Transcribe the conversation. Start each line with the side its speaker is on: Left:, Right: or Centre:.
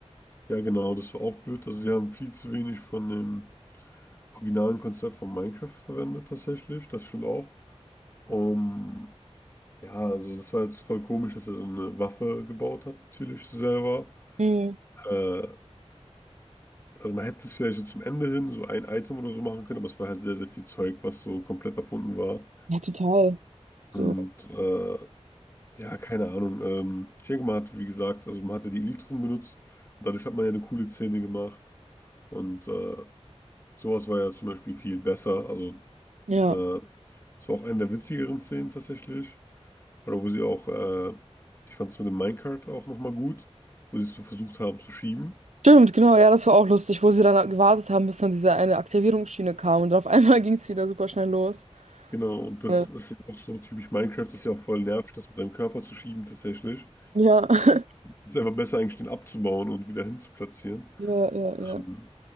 Left: Ja, genau, das war auch blöd. Also sie haben viel zu wenig von dem originalen Konzept von Minecraft verwendet tatsächlich. Das stimmt auch. Um ja, also das war jetzt voll komisch, dass er so eine Waffe gebaut hat, natürlich selber.
Right: Mhm.
Left: Äh, also man hätte es vielleicht so zum Ende hin so ein Item oder so machen können, aber es war halt sehr, sehr viel Zeug, was so komplett erfunden war.
Right: Ja, total. So,
Left: Und äh, Ja, keine Ahnung. Ähm, ich denke, man hat, wie gesagt, also man hatte die Elytren benutzt und dadurch hat man ja eine coole Szene gemacht. Und äh, sowas war ja zum Beispiel viel besser. Also
Right: ja.
Left: äh, es war auch eine der witzigeren Szenen tatsächlich. Oder wo sie auch, äh, ich fand es mit dem Minecart auch nochmal gut, wo sie es so versucht haben zu schieben.
Right: Stimmt, genau, ja, das war auch lustig, wo sie dann gewartet haben, bis dann diese eine Aktivierungsschiene kam und dann auf einmal <laughs> ging es wieder super schnell los.
Left: Genau, und das
Right: Ja,
Left: ist ja auch so typisch Minecraft, das ist ja auch voll nervig, das mit deinem Körper zu schieben tatsächlich.
Right: ja, <laughs>
Left: Es ist einfach besser eigentlich, den abzubauen und wieder hinzuplatzieren.
Right: ja, ja. ja.
Left: Ähm,